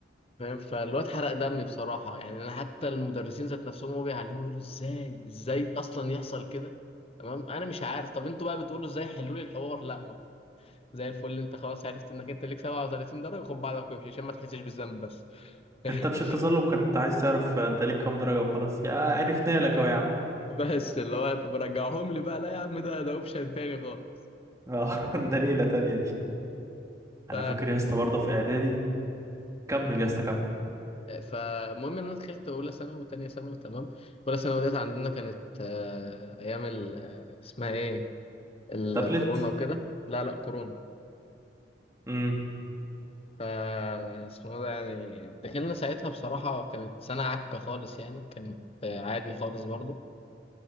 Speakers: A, on the left; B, on the right.
A: فاهم فالواد حرق دمي بصراحة يعني أنا حتى المدرسين ذات نفسهم هو بيعلموا يقولوا إزاي إزاي أصلا يحصل كده تمام أنا مش عارف طب أنتوا بقى بتقولوا إزاي حلوا لي الحوار لأ زي الفل انت خلاص عرفت انك انت ليك 37 درجه خد بعضك وامشي عشان ما تحسش بالذنب بس <laughs>
B: انت مش التظلم كنت عايز تعرف انت ليك كام درجه وخلاص يا عرفنا لك اهو يا عم
A: بس اللي هو طب رجعهم لي بقى لا يا عم ده ده اوبشن تاني خالص
B: اه <laughs> ده ليله تانية دي انا
A: ف
B: فاكر يا اسطى برضه في اعدادي كمل يا اسطى كمل
A: فالمهم ان انا دخلت اولى ثانوي وثانيه ثانوي تمام اولى ثانوي ديت عندنا كانت آه، ايام ال... آه، اسمها ايه الكورونا
B: تابلت
A: وكده لا لا كورونا
B: امم
A: ف اسمه ده يعني دخلنا ساعتها بصراحه كانت سنه عكه خالص يعني كانت آه، عادي خالص برضه